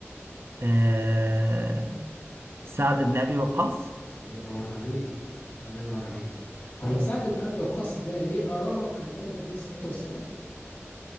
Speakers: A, on the right; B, on the left.
A: آه. سعد بن أبي وقاص
B: الله ينور عليك الله ينور عليك
A: آه.
B: هو سعد بن ابي وقاص ده ليه قرابه مع النبي عليه الصلاه والسلام